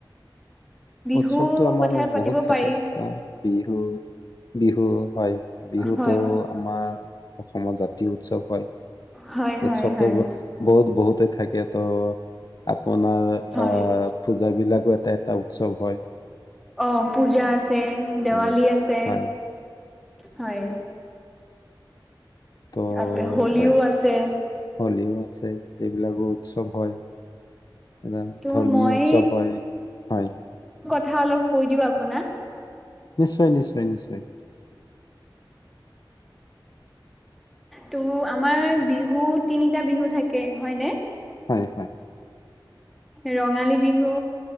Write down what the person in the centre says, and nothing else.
বিহুৰ
কথা পাতিব
পাৰি
হয়
হয় হয়
হয়
হয়
অ পূজা আছে, দেৱালী
আছে,
হয়।
তাৰপৰা হোলীও
আছে
ত'
মই
কথা অলপ কৈ দিওঁ আপোনাক।
ত' আমাৰ বিহু তিনিটা বিহু থাকে, হয়নে?
ৰঙালী বিহু,